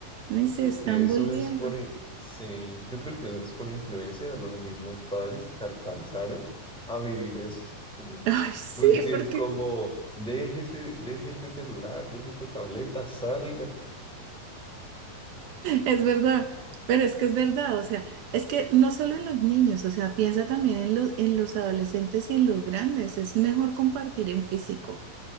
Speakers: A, on the right; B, in the centre.
A: no y
B: Yo
A: se
B: creo
A: están
B: que eso
A: volviendo.
B: es por, sí, yo creo que eso es por influencia de los mismos padres que alcanzaron a vivir eso. <clears throat>
A: <laughs> Ay, sí,
B: Porque
A: porque
B: es como, deje ese, deje ese celular, deje esta tableta, salga.
A: Es verdad, pero es que es verdad, o sea, es que no solo en los niños, o sea, piensa también en los, en los adolescentes y en los grandes, es mejor compartir en físico.